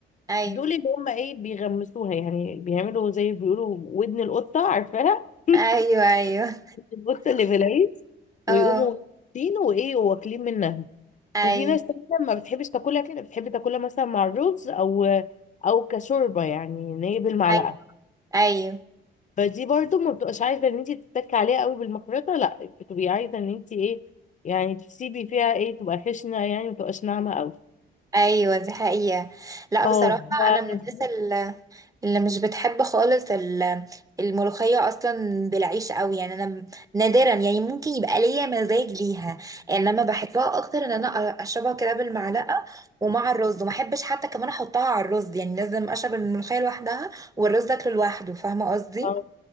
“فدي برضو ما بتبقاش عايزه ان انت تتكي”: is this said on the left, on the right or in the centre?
Left